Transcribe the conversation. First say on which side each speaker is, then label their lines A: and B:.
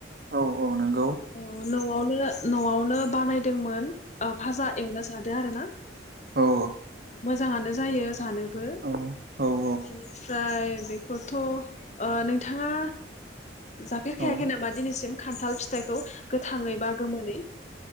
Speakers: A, on the right (about 55°); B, on the left (about 40°).
A: औ औ नों।
B: अ नआवनो नआवनो बानायदोंमोन। ओ भाजा एवना जादो आरो ना
A: औ
B: मोजाङानो जायो। जानोबो
A: औ औ
B: बिनिफ्राय। बेखौथ ओ नोंथाङा। जाफेर खायाखै
A: औ
B: नामा दिनैसिम? खान्थाल फि थायखौ। गोथाङै बा गोमोनै।